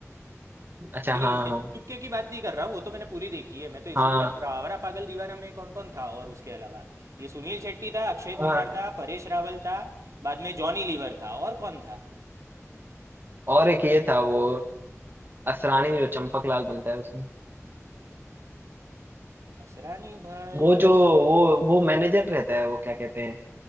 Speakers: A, on the right (about 40°); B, on the right (about 70°).
A: अच्छा
B: नहीं
A: हाँ
B: नहीं मैं
A: हाँ
B: चुप चुप के की बात नहीं कर रहा हूँ वो तो मैंने पूरी देखी है मैं तो इसकी
A: हाँ
B: बात कर रहा हूँ आवारा पागल दीवाना में कौन कौन था और उसके अलावा ये सुनील शेट्टी था अक्षय
A: हाँ
B: कुमार था परेश रावल था बाद में जॉनी लीवर था और कौन था
A: और एक ये था वो असरानी जो चंपक लाल बनता है उसमें
B: असरानी भाई
A: वो जो वो वो मैनेजर रहता है वो क्या कहते हैं